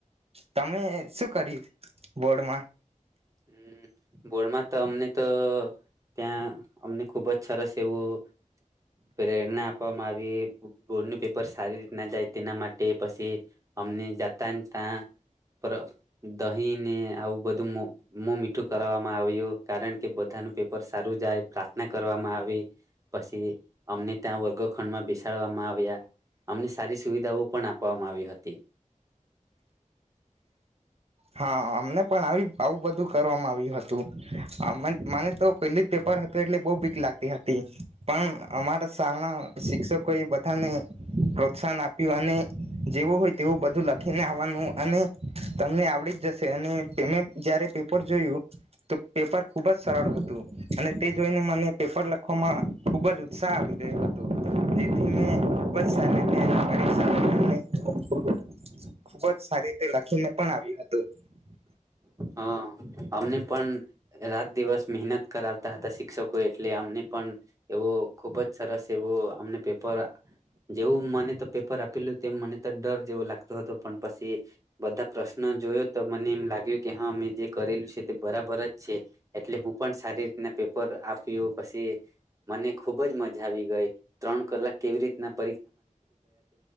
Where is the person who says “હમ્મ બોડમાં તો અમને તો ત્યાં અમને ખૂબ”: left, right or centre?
Right